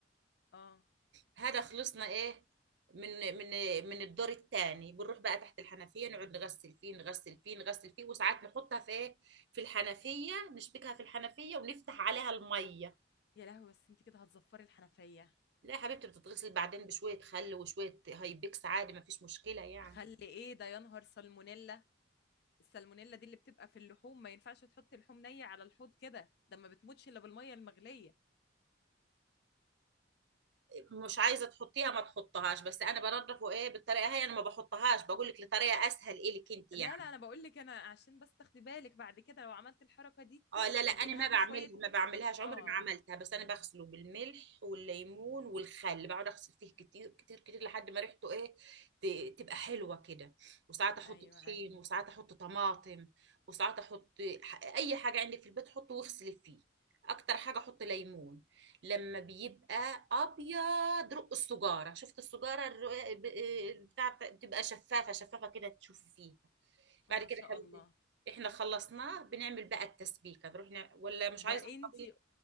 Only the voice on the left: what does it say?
اه
يا لهوي بس انت كده هتزفري الحنفية
خلي ايه ده يا نهار سالمونيلا السالمونيلا دي اللي بتبقى في اللحوم ما ينفعش تحطي لحوم نية على الحوض كده ده ما بتموتش الا بالمية المغلية
لا لا انا بقول لك انا عشان بس تاخدي بالك بعد كده لو عملت الحركة دي تاني
ابقي هاتي
شوية
اه
ايوه
ايوه
ما
شاء
الله
ده
انتي